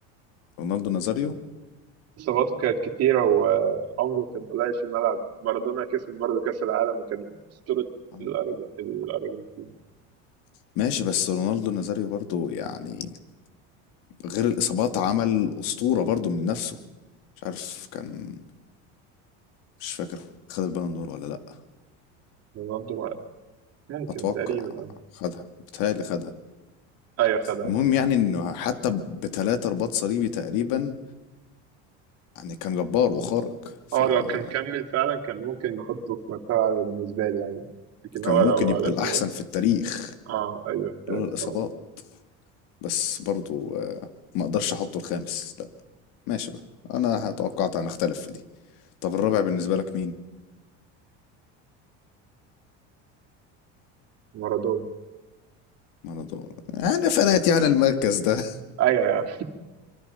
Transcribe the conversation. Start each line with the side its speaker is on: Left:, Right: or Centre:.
Left: رونالدو نازاريو
Right: إصاباته كانت كتيرة وعمره كان قليل في الملعب مارادونا كسب برضه كأس العالم وكان أسطورة
Left: آه،
Right: الأرج- الأرجنتين
Left: ماشي بس رونالدو نازاريو برضو يعني غير الإصابات عمل أسطورة برضو من نفسه مش عارف كان مش فاكر خد البالون دور ولا لأ
Right: رونالدو ما- ممكن
Left: أتوقع
Right: تقريبا أه
Left: خدها بتهيألي خدها
Right: أيوة خدها رونالدو
Left: المهم يعني إنه حتى بتلاتة رباط صليبي تقريبا يعني كان جبار وخارق فكان
Right: هو لو كان كمل فعلا كان ممكن نحطه في مرتبة عالية بالنسبة لي يعني لكن هو
Left: ممكن
Right: لو
Left: يبقى
Right: على إصابات
Left: الأحسن في التاريخ
Right: أه أيوة آه،
Left: لولا الإصابات
Right: صراحة.
Left: بس برضو آه، ما أقدرش أحطه الخامس لأ ماشي بقى أنا توقعت هنختلف في دي طب الرابع بالنسبة لك مين؟
Right: مارادونا
Left: مارادونا أنا فرقت يعني المركز ده
Right: أيوة يا عم